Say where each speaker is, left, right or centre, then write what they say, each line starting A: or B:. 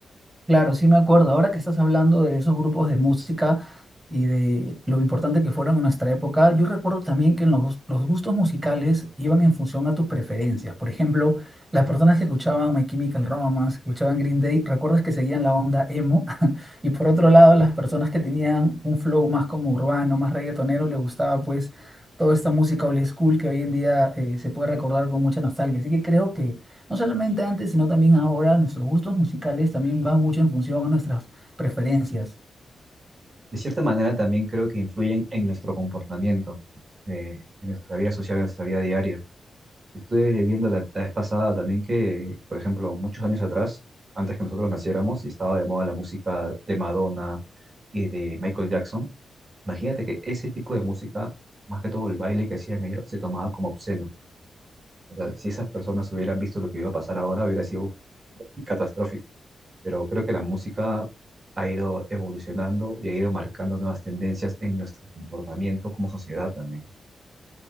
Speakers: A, on the right; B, on the right.
A: Claro, sí me acuerdo. Ahora que estás hablando de esos grupos de música y de lo importante que fueron en nuestra época, yo recuerdo también que en los, los gustos musicales iban en función a tus preferencias. Por ejemplo, las personas que escuchaban My Chemical Romance, que escuchaban Green Day, ¿recuerdas que seguían la onda emo? Y por otro lado, las personas que tenían un flow más como urbano, más reggaetonero, les gustaba pues toda esta música old school que hoy en día eh, se puede recordar con mucha nostalgia. Así que creo que no solamente antes, sino también ahora, nuestros gustos musicales también van mucho en función a nuestras preferencias.
B: de cierta manera también creo que influyen en nuestro comportamiento, eh, en nuestra vida social, en nuestra vida diaria. Estuve viendo la, la vez pasada también que, por ejemplo, muchos años atrás, antes que nosotros naciéramos y estaba de moda la música de Madonna y de Michael Jackson, imagínate que ese tipo de música, más que todo el baile que hacían ellos, se tomaba como obsceno. O sea, si esas personas hubieran visto lo que iba a pasar ahora, hubiera sido <laughs> catastrófico pero creo que la música ha ido evolucionando y ha ido marcando nuevas tendencias en nuestro comportamiento como sociedad también.